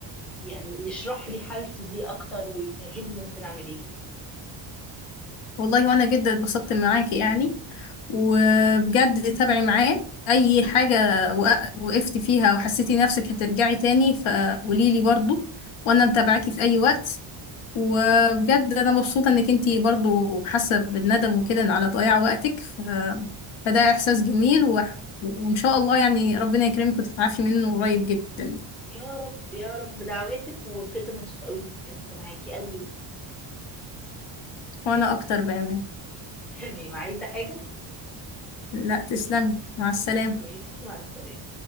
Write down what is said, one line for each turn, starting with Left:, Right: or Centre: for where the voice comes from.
Centre: يعني يشرح لي حالتي دي اكتر ويفهمني ممكن اعمل ايه
Left: والله وانا جدا اتبسطت معاكي يعني وبجد تابعي معاه اي حاجة وق- وقفتي فيها وحسيتي نفسك هترجعي تاني فقوليلي برضو وانا متابعاكي في اي وقت وبجد انا مبسوطة انك انتي برضو حاسة بالندم وكده على ضياع وقتك ف... فده احساس جميل و... وان شاء الله يعني ربنا يكرمك وتتعافي منه قريب جدا
Centre: يا رب يا رب دعواتك وبجد انا مبسوطه قوي اني اتكلمت معاكي قوي
Left: وانا اكتر بامان
Centre: <laughs> تمام عايزه حاجه
Left: لا تسلمي مع السلامة
Centre: ماشي مع السلامه